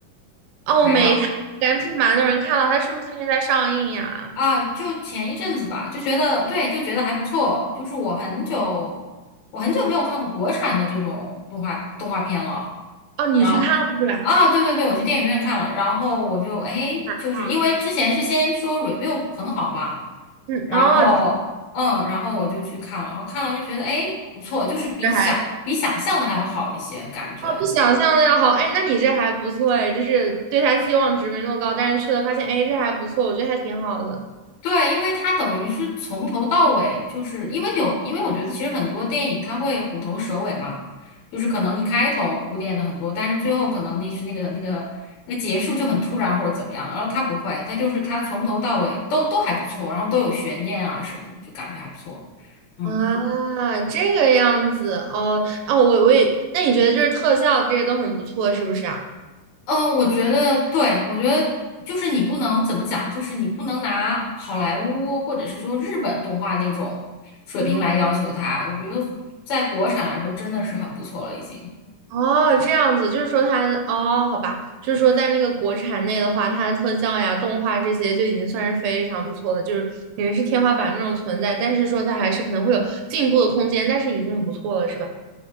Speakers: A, on the right (about 80°); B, on the left (about 65°).
A: 哦，
B: 没有。
A: 我没看，感觉最近蛮多人看了，他是不是最近在上映呀？
B: 啊，就前一阵子吧，就觉得对，就觉得还不错。就是我很久，我很久没有看过国产的这种动画动画片了。
A: 哦，你去看了是吧？
B: 然后啊，对对对，我去电影院看了，然后我就哎，
A: 晚上
B: 就是因为之前是先说 review 很好嘛，
A: 嗯，
B: 然后嗯，
A: 哦，这
B: 然后我就去看了，然后看了就觉得哎不错，就是比想比想象的还要好一些感觉。
A: 这还哦比想象的要好，哎，那你这还不错哎，就是对他期望值没那么高，但是去了发现，哎，这还不错，我觉得还挺好的。
B: 对，因为它等于是从头到尾，就是因为有，因为我觉得其实很多电影它会虎头蛇尾嘛，就是可能你开头铺垫的很多，但是最后可能那是那个那个那结束就很突然或者怎么样，然后它不会，它就是它从头到尾都都还不错，然后都有悬念啊什么的，就感觉还不错。嗯。
A: 啊，这个样子哦哦，我我也，那你觉得就是特效这些都很不错，是不是啊？
B: 嗯，我觉得对，我觉得就是你不能怎么讲，就是你不能拿好莱坞或者是说日本动画那种水平来要求它。
A: 哦
B: 我觉得在国产来说，真的是很不错了，已经。
A: 哦，这样子，就是说它哦，好吧，就是说在那个国产内的话，它的特效呀、动画这些就已经算是非常不错的，就是已经是天花板那种存在，但是说它还是可能会有进步的空间，但是已经很不错了，是吧？